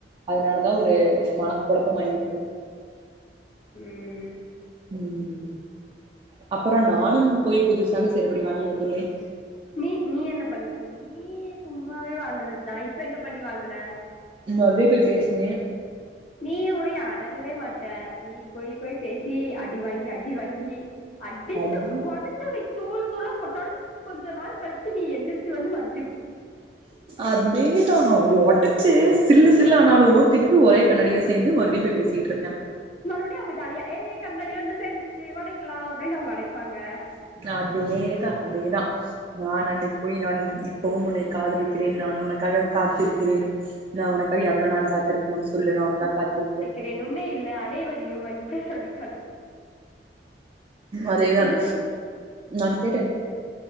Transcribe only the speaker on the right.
அதனாலதா
ஒரு மனக்கொலப்பமாயி விட்டது
ம் அப்பறோ நானும் போய் புதுசாக செறுப்படி வாங்கி வந்துள்ளேன்
ம்மாவே போய் பேசுனே
அடி
அதேதா ஒட்டச்சு சில்லு சில்லா ஆனாலு திருப்பி ஒரே கண்ணடியா சேந்து மறுபடியு போய் பேசிகிட்ருக்கே
அதேதா அதேதா நான் அன்னைக்கி போய் நான் இப்பவும் உன்னை காதலிக்கிறேன் நான் உனக்காக காத்திருக்கிறேன் நா உனக்காக எவ்ளோ நாள் காத்திருக்குணு சொல்லு நா உனக்காக காத்திருக்கிறே
அதேதான்
நான் கேட்டேன்